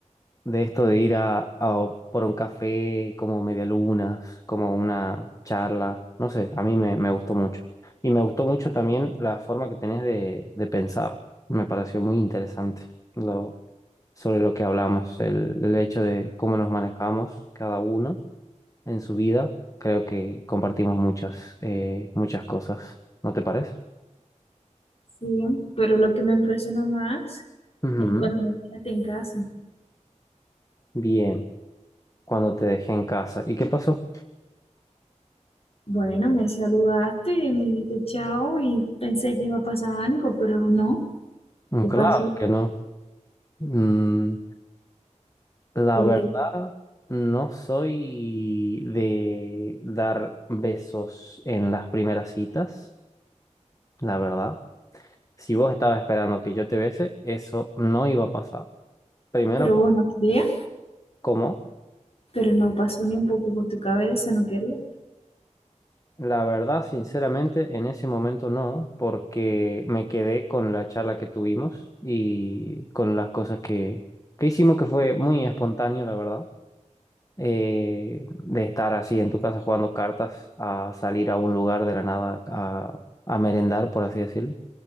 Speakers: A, on the left (about 25°); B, on the left (about 50°).
A: de esto de ir a, a por un café como medialunas, como una charla, no sé, a mí me, me gustó mucho. Y me gustó mucho también la forma que tenés de, de pensar. Me pareció muy interesante lo, sobre lo que hablamos, el, el hecho de cómo nos manejamos cada uno en su vida. Creo que compartimos muchas, eh, muchas cosas, ¿no te parece?
B: Sí, pero lo que me impresiona más
A: Ujú.
B: es cuando me quedaste en casa.
A: Bien, cuando te dejé en casa. ¿Y qué pasó?
B: Bueno, me saludaste y me dijiste chao y pensé que iba a pasar algo, pero no. ¿Qué
A: Claro
B: pasó?
A: que no. Mm, la
B: Porque,
A: verdad, no soy de dar besos en las primeras citas, la verdad. Si vos estabas esperando que yo te bese, eso no iba a pasar. Primero,
B: pero
A: por-
B: bueno, quería,
A: ¿cómo?
B: pero no pasó ni un poco por tu cabeza, no quería.
A: La verdad, sinceramente, en ese momento no, porque me quedé con la charla que tuvimos y con las cosas que, que hicimos, que fue muy espontáneo, la verdad. eh, de estar así en tu casa jugando cartas a salir a un lugar de la nada a, a merendar, por así decirlo.